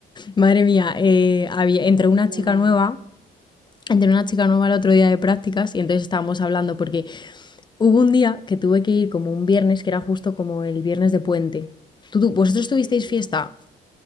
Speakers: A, on the left (about 25°); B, on the right (about 85°).
A: madre mía, eh, había, entró una
B: Ya.
A: chica nueva, entró una
B: Ujú,
A: chica nueva el otro día de prácticas y entonces estábamos hablando porque hubo un día que tuve que ir como un viernes, que era justo como el viernes de puente. ¿Tú, tú- vosotros tuvisteis
B: mm.
A: fiesta?